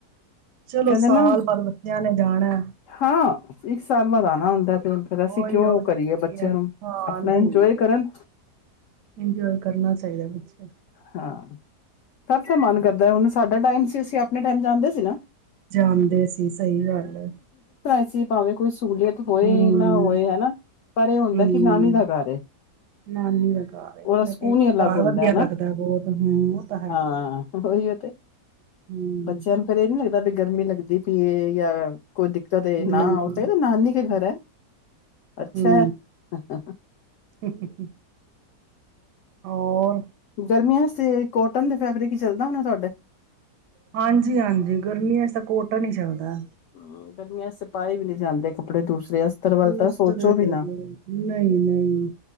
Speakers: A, on the right (about 80°); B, on the left (about 65°).
A: ਚਲੋ
B: ਕਹਿੰਦੇ
A: ਸਾਲ
B: ਨਾ
A: ਬਾਅਦ ਬੱਚਿਆਂ ਨੇ ਜਾਣਾ
B: ਹਾਂ ਇੱਕ ਸਾਲ ਬਾਅਦ ਆਉਣਾ ਹੁੰਦਾ ਤੇ ਫਿਰ ਅਸੀਂ
A: ਉਹੀ
B: ਕਿਉਂ
A: ਉਹ ਛੁੱਟੀਆਂ।
B: ਕਰੀਏ ਬੱਚਿਆਂ ਨੂੰ
A: ਹਾਂ
B: ਆਪਣਾ
A: ਨਹੀਂ
B: ਇੰਜੋਏ
A: ਨਹੀਂ
B: ਕਰਨ
A: ਇੰਜੋਏ ਕਰਨਾ ਚਾਹੀਦਾ ਬੱਚੇ
B: ਹਾਂ ਸਭ ਤੇ ਮਨ ਕਰਦਾ ਹੁਣ ਸਾਡਾ ਟਾਈਮ ਸੀ ਅਸੀਂ ਆਪਣੇ ਟਾਈਮ ਜਾਂਦੇ ਸੀ ਨਾ
A: ਜਾਣ ਦੇ ਸੀ ਸਹੀ ਗੱਲ
B: ਤੁਸੀਂ ਭਾਵੇਂ ਕੁਛ ਸਹੂਲੀਅਤ ਹੋਏ
A: ਹਮ
B: ਨਾ ਹੋਏ ਹਨਾ ਪਰ ਇਹ ਹੁੰਦਾ
A: ਹਮ
B: ਕਿ ਨਾਨੀ ਦਾ ਘਰ ਹੈ
A: ਨਾਨੀ ਦਾ ਘਰ ਏ
B: ਉਹਦਾ
A: ਆਪਣੇ
B: ਸਕੂਨ
A: ਪੇਕੇ
B: ਹੀ ਅਲੱਗ
A: ਘਰ
B: ਹੁੰਦਾ
A: ਵਧੀਆ
B: ਹਨਾ
A: ਲੱਗਦਾ ਬਹੁਤ ਹਮ ਉਹ ਤਾਂ ਹੈ
B: ਹਾਂ
A: ਹੀ
B: ਉਹੀ ਉਹ ਤੇ
A: ਹਮ
B: ਬੱਚਿਆਂ ਨੂੰ ਫਿਰ ਏਹ ਕਿਦਾਂ ਦੀ ਗਰਮੀ ਲੱਗਦੀ ਪੀਏ ਜਾਂ ਕੋਈ ਦਿੱਕਤ ਐ,
A: ਹਮ
B: ਨਾ ਔ ਉਹ ਨਾਨੀ ਕੇ ਘਰ ਹੈ। ਅੱਛਾ
A: ਹਮ
B: ਹੈ। <unintelligible>
A: <unintelligible> ਹੋਰ,
B: ਗਰਮੀਆਂ ਚ ਤੇ ਕੋਟਨ ਦੇ ਫੈਬਰਿਕ ਹੀ ਚੱਲਦਾ ਹੋਣਾ ਤੁਹਾਡੇ
A: ਹਾਂਜੀ-ਹਾਂਜੀ, ਗਰਮੀਆਂ ਇਸ ਤਾਂ ਕੋਟਨ ਹੀ ਚੱਲਦਾ।
B: ਹੂੰ, ਗਰਮੀਆਂ ਚ ਪਾਏ ਵੀ ਨੀ ਜਾਂਦੇ ਕੱਪੜੇ ਦੂਸਰੇ ਅਸਤਰ ਵੱਲ
A: ਦੂਸਰੇ
B: ਤਾਂ ਸੋਚੋ ਵੀ
A: ਨਹੀਂ-ਨਹੀਂ
B: ਨਾ।